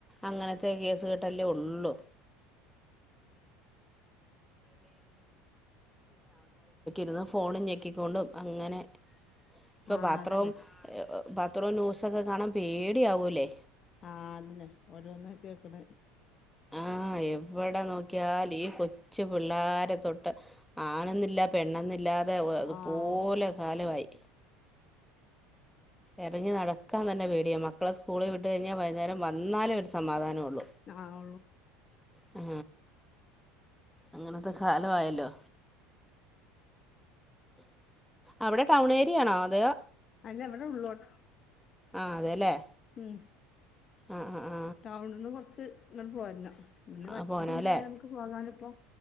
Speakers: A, in the centre; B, on the left (about 40°).
A: അങ്ങനത്തെ കേസുകെട്ടല്ലേ ഉള്ളു. രുന്ന്ഫോൺ ഞെക്കിക്കൊണ്ടും അങ്ങനെ ഇപ്പൊ
B: ആഹ്
A: പാത്രവും
B: അതന്നെ
A: പത്രവും ന്യൂസു ഒക്കെ കാണാൻ പേടിയ ആവൂല്ലേ?
B: ആ അത് തന്നെ ഓരോന്ന് കേൾക്കണെ
A: ആ എവിടെ നോക്കിയാൽ ഈ കൊച്ചു പിള്ളാരെ തൊട്ട് ആണന്നില്ല പെണ്ണെന്നില്ലാ അതെ അതുപോലെകാലമായി
B: ആഹ്
A: എറങ്ങി നടക്കാൻ തന്നെ പേടിയ മക്കളെ സ്കൂളിൽ വിട്ട് കഴിഞ്ഞാൽ വൈകുന്നേരം വന്നാലേ ഒരു സമാധാനം ഉള്ളൂ.
B: ആ ഉള്ളു.
A: ആ അങ്ങനത്തെ കാല ആയല്ലോ. അവിടെ ടൗൺ ഏരിയയാണോ അതെ?
B: അല്ല ഇവിടെ ഉള്ളോട്ട്
A: ആ അതെല്ലേ
B: ഉം
A: ആ ആ
B: ടൗണിന്ന് കുറച്ച് ഇങ്ങോട്ട് പോരണം പിന്നെ വൈകിട്ടുണ്ടായ
A: ആ പോനോല്ലേ
B: നമുക്ക് പോകാലോ ഇപ്പോ?